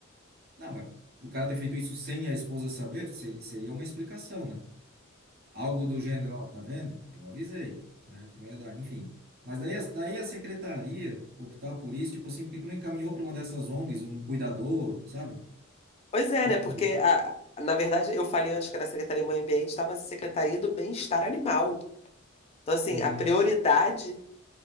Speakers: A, on the right; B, on the left.
A: não, mas pro cara ter feito isso sem a esposa saber, ser- seria uma explicação, né? Algo do gênero, ó, tá vendo? Eu avisei, né, que não ia dar, enfim. Mas daí, a- daí a secretaria optar por isso, tipo assim, por que que não encaminhou para uma dessas ONGs, um cuidador, sabe?
B: Pois é,
A: Tipo,
B: né? Porque, a, na verdade, eu falei antes que era Secretaria do Meio Ambiente, tá? Mas a Secretaria do Bem-Estar Animal. Então, assim,
A: uhum,
B: a prioridade